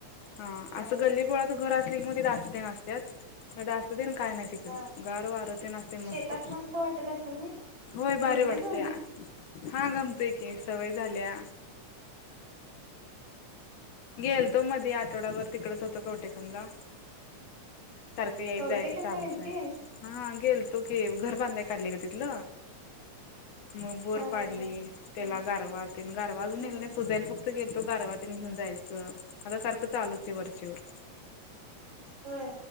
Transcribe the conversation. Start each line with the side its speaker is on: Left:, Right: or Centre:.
Left: हा
Right: नाही
Left: अस गल्लीबोळा तर घर असले की मग डास तेन असत्यात. ए डास. सुधन काय नाही तिकडं
Right: हा
Left: गार वार ते ना असते
Right: शेतात
Left: मस्त
Right: वाटत असेल ना
Left: होय
Right: गमते
Left: भारी वाटते.
Right: सोने
Left: हा. गमतोय की सवय झाल्या. गेल तो मध्ये आठवड्याभर तिकडच होतो कवठे एकंदला. सारखं याचय
Right: कवटेकनला
Left: चालूच
Right: गेलतीस
Left: आहे हा गेल तो की घर बांध्या काडलय ग तितल. मग बोर
Right: हा
Left: पाडली,
Right: हा हा
Left: त्याला
Right: हम्म
Left: गारवातन गारवा अजूनला
Right: हम्म
Left: नाही
Right: हम्म
Left: प पुजाला फक्त गे तो गारवातून घेऊन जायचं, आता सारखं चालूच आहे वरचे वर.
Right: होय.